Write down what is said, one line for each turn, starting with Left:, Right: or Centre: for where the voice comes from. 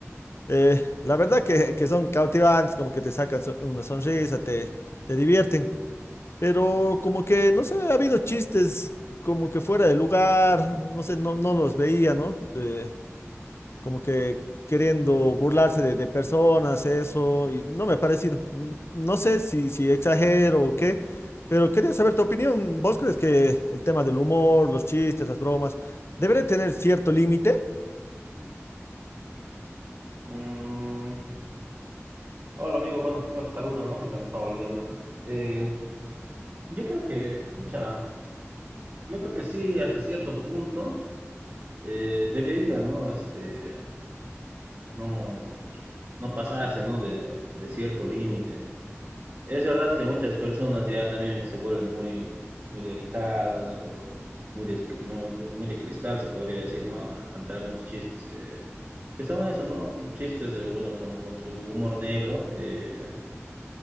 Left: Eh, la verdad que, que son cautivantes, como que te sacan so- una sonrisa, te, te divierten, pero como que, no sé, ha habido chistes como que fuera de lugar, no sé, no, no los veía, ¿no? Eh, como que queriendo burlarse de, de personas, eso, y no me ha parecido. Mm, No sé si, si exagero o qué, pero quería saber tu opinión. ¿Vos crees que el tema del humor, los chistes, las bromas, debería tener cierto límite?
Right: Mm, hola amigo, bueno, primero te saludo, ¿no? Mira, me estaba olvidando. Eh, yo creo que, pucha, yo creo que sí, hasta cierto punto eh, debería, ¿no? Este, no, no pasarse, ¿no? De, de cierto límite. Es verdad que muchas personas ya también se vuelven muy, muy delicadas o muy de, muy, muy de cristal, se podría decir, ¿no? Ante algunos chistes que, que son eso, ¿no? Chistes, de, bueno, con, con su humor negro. eh,